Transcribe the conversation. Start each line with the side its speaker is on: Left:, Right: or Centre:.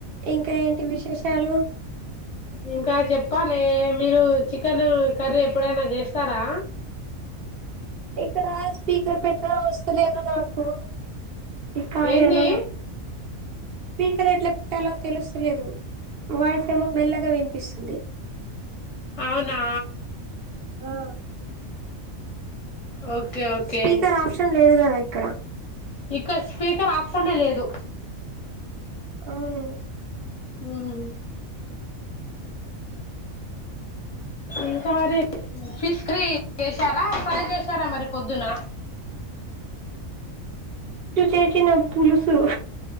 Right: ఇంకా ఏంటి విశేషాలు
Left: ఇంకా చెప్పాలి మీరు చికెన్ కర్రీ ఎప్పుడైనా చేస్తారా
Right: ఇక్కడ స్పీకర్ పెట్టడం వస్తలేదు నాకు ఈ కార్యా
Left: ఏంది
Right: లో స్పీకర్ ఎట్ల పట్టాలో తెలుస్తలేదు వాయిస్ ఏమో మెల్లగా వినిపిస్తుంది
Left: అవునా
Right: ఆ
Left: ఓకే ఓకే
Right: స్పీకర్ ఆప్షన్ లేదు కదా ఇక్కడ
Left: ఇక్కడ స్పీకర్ ఆప్షన్ ఎ లేదు
Right: అవును
Left: మ్మ్ ఇంకా మరి ఫిష్ క్రీ చేసారా ఫ్రై చేశారా మరి పొద్దున
Right: చ్చు చేచిన పులుసు